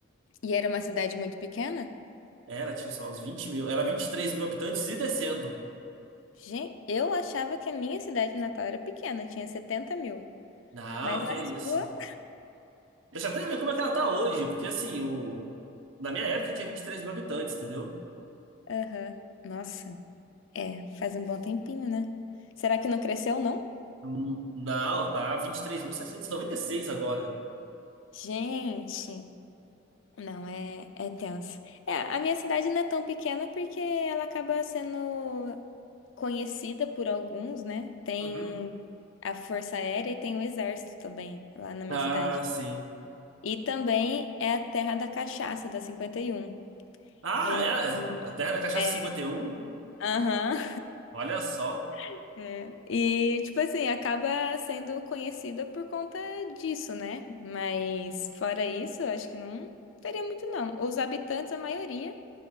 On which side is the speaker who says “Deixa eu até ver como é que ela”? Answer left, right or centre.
Right